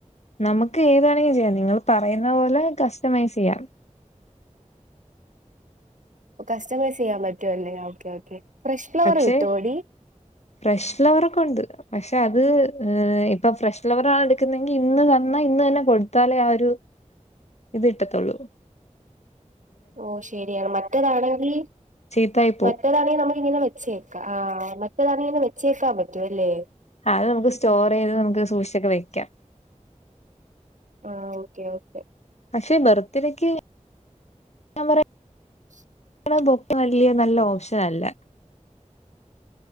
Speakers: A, on the left (about 60°); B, on the right (about 75°).
A: നമുക്ക് ഏതാണെങ്കിലും ചെയ്യാം നിങ്ങള് പറയുന്നപോലെ കസ്റ്റമൈസ്ചെയ്യാം
B: കസ്റ്റമൈസെയ്യാൻ പറ്റുവല്ലേ ഓക്കേ ഓക്കേ ഫ്രഷ് ഫ്ലവറ്
A: പക്ഷെ
B: കിട്ടോടി
A: ഫ്രഷ് ഫ്ലവറൊക്ക്‌ണ്ട് പക്ഷെ അത് ഇപ്പൊ ഫ്രഷ് ഫ്ലവറാണെടുക്കുന്നതെങ്കി ഇന്ന് തന്നെ ഇന്ന് തന്നെ കൊടുത്താലേ ആ ഒരു ഇത് കിട്ടത്തൊള്ളൂ
B: ഓ ശരിയാണ് മറ്റെതാണെങ്കിൽ
A: ചീത്തായി പോവും
B: മറ്റെതാണെ നമ്മക്കിങ്ങനെ വെച്ചെരും ആഹ് മറ്റേതാണെങ്കി വെച്ചേക്കാൻ പറ്റുവല്ലേ
A: ആ അത് നമുക്ക് സ്റ്റോറെയ്ത് നമുക്ക് സൂക്ഷിച്ചൊക്കെ വെക്കാം
B: ആഹ് ഓക്കേ ഓക്കേ
A: പക്ഷെ ബർത്ത്ഡേക്ക് ഞാൻ പറയാ
B: ശ്ശ്
A: കളറ് ബൊക്ക വല്യ നല്ല ഓപ്ഷനല്ല